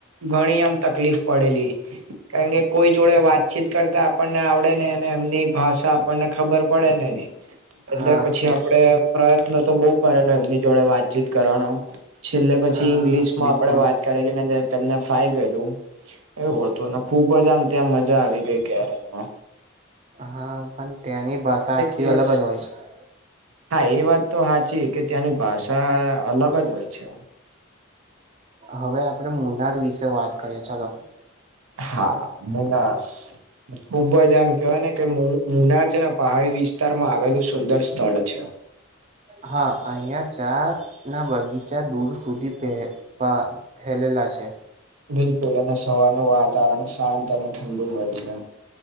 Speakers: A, on the right; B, on the right.
A: ઘણી આમ તકલીફ પડેલી. કારણ કે કોઈ જોડે વાતચીત કરતા આપણને આવડે નહિ અને એમની ભાષા આપણને ખબર પડે નહિ. એટલે
B: હા
A: પછી
B: ત્યાં
A: આપડે પ્રયત્ન તો બઉ કરેલો એમની જોડે વાતચીત કરવાનો. છેલ્લે પછી
B: હા
A: ઇંગ્લિશ માં
B: બિલકુલ
A: આપડે વાત. એને તમને ફાઈ ગયેલું એવું હતું. ખુબજ આમ ત્યાં મજા આવી ગઈ કેરલમાં.
B: હા પણ ત્યાંની ભાષા આખી
A: દિવસ
B: અલગજ હોય છે.
A: હા એ વાત તો હાચી કે ત્યાંની ભાષા અલગજ હોય છે.
B: હવે આપણેે મુનાર વિશે વાત કરીએ ચલો.
A: હા મુનાર ખુબજ આમ. કહેવાય ને મુ મુનાર છેને પહાડી વિસ્તારમાં આવેલું સુંદર સ્થળ છે.
B: હા અહીં ચા ના બગીચા દૂર સુધી પે પ. ફેલેલા છે.
A: બિલકુલ અને સવારનું વાતાવરણ શાંત અને ઠંડુ હોય છે.